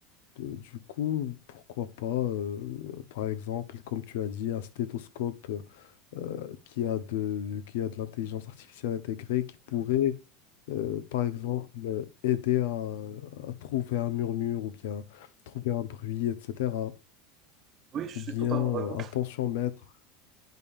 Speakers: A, on the left; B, on the right.
A: Euh, Du coup, pourquoi pas, euh, par exemple, comme tu as dit, un stéthoscope euh, qui a de, qui a de l'intelligence artificielle intégrée qui pourrait euh, par exemple, euh, aider à, à trouver un murmure ou bien trouver un bruit, etc.
B: Oui, je
A: Ou bien
B: suis totalement
A: euh,
B: d'accord.
A: un tensiomètre.